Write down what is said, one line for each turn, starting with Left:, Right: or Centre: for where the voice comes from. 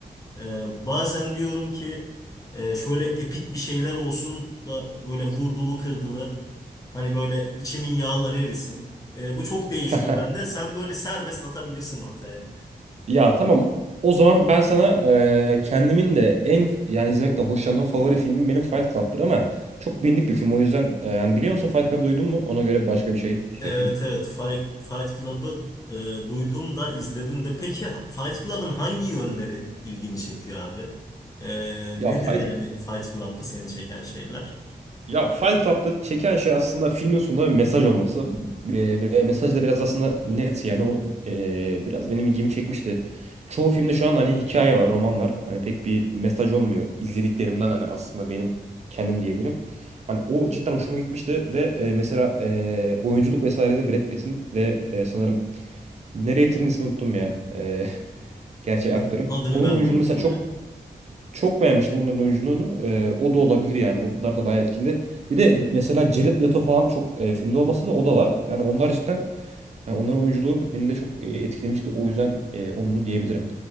Left: Ee, bazen diyorum ki e, şöyle epik bir şeyler olsun da böyle vurdulu kırdılı hani böyle içimin yağları erisin. Ee, bu çok değişiyor
Right: <laughs>
Left: bende. Sen böyle serbest atabilirsin ortaya.
Right: Ya tamam. O zaman ben sana e, kendimin de en yani izlemekten hoşlandığım favori filmim benim Fight Club'tır ama çok bilindik bir film. O yüzden e, yani biliyor musun Fight Club duydun mu? Ona göre başka bir şey şey
Left: Evet
Right: yapayım.
Left: evet Fight, Fight Club'ı e, duydum da izledim de. Peki ha- Fight Club'ın hangi yönleri ilgini çekiyor abi? E,
Right: Ya
Left: nedir
Right: Fight
Left: yani Fight Club'da seni çeken şeyler?
Right: Ya Fight Club'da çeken şey aslında filmin sonunda bir mesaj olması. Eee, ve mesaj da biraz aslında net yani o eee, biraz benim ilgimi çekmişti. Çoğu filmde şu an hani hikaye var, roman var. Hani pek bir mesaj olmuyor. izlediklerimden hani aslında benim kendim diyebilirim. Hani o cidden hoşuma gitmişti ve eee, mesela eee, oyunculuk vesairede Brad Pitt'in ve eee, sanırım narrator'ın ismini unuttum ya. Eee <laughs> gerçek
Left: Ne-
Right: aktörün.
Left: Adını
Right: Onun
Left: ben
Right: oyunculuğu
Left: de unuttum
Right: mesela çok
Left: ya.
Right: çok beğenmiştim onların oyunculuğunu. Ee, o da olabilir yani. Onlar da bayağı etkili. Bir de mesela Jared Leto falan çok e, filmde olmasa da o da var. Yani onlar cidden yani onların oyunculuğu beni de çok e, etkilemişti. O yüzden e, onu diyebilirim.